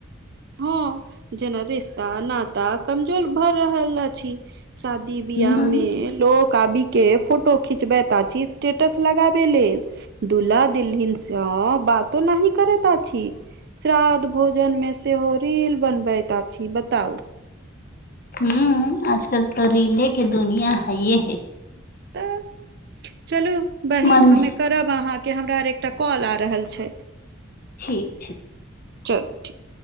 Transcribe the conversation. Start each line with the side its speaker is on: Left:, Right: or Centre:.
Right: हँ जेना रिश्ता नाता कमजोर भऽ रहल अछि। शादी बिआाह
Left: हूँ
Right: में लोक काबी के फोटो खिचबैत अछि स्टेटस लगाबे लेल दुला दुल्हिन सब बातो नहि करैत अछि श्रध भोजन मे सेहो रील बनबैत अछि बताउ।
Left: हू आजकल तऽ रीले के दुनिया हये हय।
Right: त चलू बहिन
Left: मन
Right: हमे करब अहाँके हमरा आर एकटा कॉल आ रहल छै
Left: ठीक छै
Right: चलू ठीक